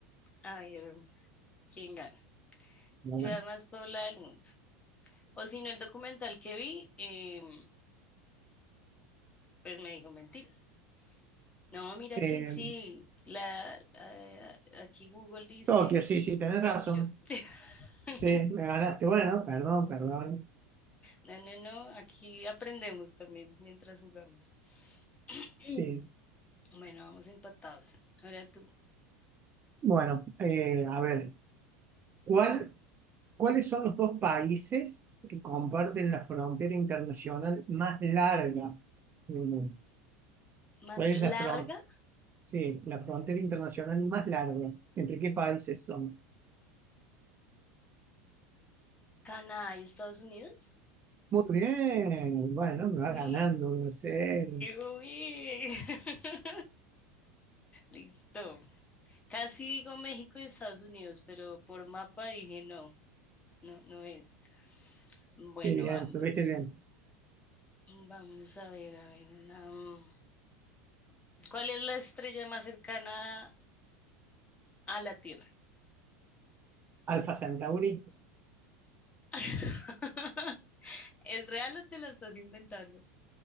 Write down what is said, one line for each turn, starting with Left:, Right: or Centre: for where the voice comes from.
Left: A ver, ¿quién gana?
Right: ¿no?
Left: Ciudad más poblada del mundo. O si no, el documental que vi, em, pues me dijo mentiras. No, mira
Right: Eh,
Left: que sí. La, la- aquí Google dice
Right: Tokio, sí, sí, tenés
Left: Tokio.
Right: razón.
Left: <laughs>
Right: Sí, me ganaste. Bueno, perdón, perdón.
Left: No, no, no. Aquí aprendemos también mientras jugamos. <clears throat>
Right: Sí.
Left: Bueno, vamos empatados. Ahora tú.
Right: Bueno, eh, a ver, ¿cuál, cuáles son los dos países que comparten la frontera internacional más larga? Mm,
Left: Más
Right: ¿Cuál es
Left: larga,
Right: la fron- Sí, la frontera internacional más larga. ¿Entre qué países son?
Left: Canadá y Estados Unidos.
Right: Muy bien. Bueno,
Left: Uy,
Right: me vas ganando, no sé.
Left: uy. <laughs> Listo. Casi digo México y Estados Unidos, pero por mapa dije no, no, no es. Bueno,
Right: Sí, bien,
Left: vamos.
Right: estuviste bien.
Left: Vamos a ver, a ver, una... mm, ¿Cuál es la estrella más cercana a la Tierra?
Right: Alfa Centauri.
Left: <laughs> ¿Es real o te la estás inventando?